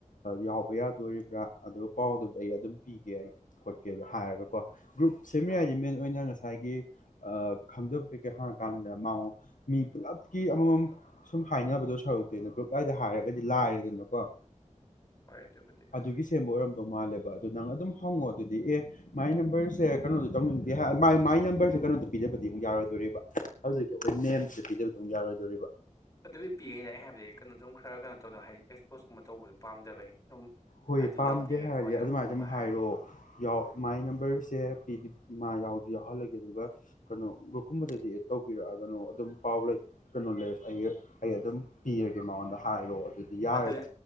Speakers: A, on the left; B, on the left.
A: ꯌꯥꯎꯕ ꯌꯥꯗꯣꯔꯤꯕ꯭ꯔꯥ ꯑꯗꯨꯒ ꯄꯥꯎꯗꯨꯗ ꯑꯩ ꯑꯗꯨꯝ ꯄꯤꯒꯦ ꯀꯩꯗ ꯍꯥꯏꯔꯒꯀꯣ ꯒ꯭ꯔꯨꯞ ꯁꯦꯝꯃꯤꯌꯥꯏꯁꯦ
B: ꯎꯝ
A: ꯃꯦꯟ ꯑꯣꯏꯅ ꯉꯁꯥꯏꯒꯤ ꯈꯪꯗꯕ ꯀꯩꯀꯩ ꯍꯥꯡꯉꯀꯥꯟꯗ ꯃꯉ ꯃꯤ ꯄꯨꯂꯞꯀꯤ ꯑꯃꯃꯝ ꯁꯨꯝ ꯍꯥꯏꯅꯕꯗꯣ ꯁꯔꯨꯛꯇꯦꯅ ꯒ꯭ꯔꯨꯞ ꯑꯏꯗ ꯍꯥꯏꯔꯒꯗꯤ ꯂꯥꯏꯔꯦꯗꯅꯀꯣ
B: ꯍꯣꯏ ꯑꯗꯨꯕꯨꯗꯤ
A: ꯑꯗꯨꯒꯤ ꯁꯦꯝꯕ ꯑꯣꯏꯔꯝ ꯃꯥꯜꯂꯦꯕ ꯑꯗꯨ ꯅꯪ ꯑꯗꯨꯝ ꯍꯪꯉꯣ ꯑꯗꯨꯗꯤ ꯑꯦ ꯃꯥꯏ ꯅꯝꯕꯔꯁꯦ ꯀꯩꯅꯣꯗꯣ ꯇꯧꯅꯤꯡꯅꯤꯡꯗꯦ ꯍꯥꯏ ꯃꯥꯏ ꯃꯥꯏ ꯅꯝꯕꯔꯁꯦ ꯀꯩꯅꯣꯗꯣ ꯄꯤꯗꯕꯗꯤ ꯑꯃꯨꯛ ꯌꯥꯔꯣꯏꯗꯣꯔꯤꯕ ꯍꯧꯖꯤꯛꯀꯤ ꯑꯩꯈꯣꯏ ꯅꯦꯝꯁꯦ ꯄꯤꯗꯕꯗꯤ ꯑꯃꯨꯛ ꯌꯥꯔꯣꯏꯗꯣꯔꯤꯕ
B: ꯑꯗꯨꯗꯤ ꯄꯤꯉꯩꯅ ꯑꯩ ꯍꯥꯏꯕꯗꯤ ꯀꯩꯅꯣ ꯑꯗꯨꯝ ꯈꯔ ꯀꯩꯅꯣ ꯇꯧ ꯍꯥꯏꯗꯤ ꯑꯦꯛꯁꯄꯣꯁꯀꯨꯝꯕ ꯇꯧꯕꯗꯣ ꯄꯥꯝꯗꯕꯩ ꯑꯗꯨꯝ
A: ꯍꯣꯏ
B: ꯑꯗꯨ
A: ꯄꯥꯝꯗꯦ
B: ꯌꯥꯎꯅꯤꯡꯉꯦ
A: ꯍꯥꯏꯔꯗꯤ
B: ꯈꯣꯠꯂꯦ
A: ꯑꯗꯨꯃꯥꯏ
B: ꯑꯗꯨꯒꯨꯝꯕ
A: ꯑꯗꯨꯝ
B: ꯍꯥꯏꯔꯗꯤ
A: ꯍꯥꯏꯔꯛꯑꯣ ꯃꯥꯏ ꯅꯝꯕꯔꯁꯦ ꯄꯤ ꯏꯃꯥ ꯌꯥꯎꯗꯤ ꯌꯥꯎꯍꯜꯂꯒꯦ ꯑꯗꯨꯒ ꯀꯩꯅꯣ ꯒ꯭ꯔꯨꯞꯀꯨꯝꯕꯗꯗꯤ ꯑꯦꯠ ꯇꯧꯕꯤꯔꯛꯑꯒꯅꯣ ꯑꯗꯨꯝ ꯄꯥꯎ ꯂꯩ ꯀꯩꯅꯣꯂꯦꯖ ꯑꯩꯒ ꯑꯩ ꯑꯗꯨꯝ ꯄꯤꯔꯒꯦ ꯃꯥꯉꯣꯟꯗ ꯍꯥꯏꯔꯣ ꯑꯗꯨꯗꯤ ꯌꯥꯔꯦꯗ
B: ꯑꯗꯨ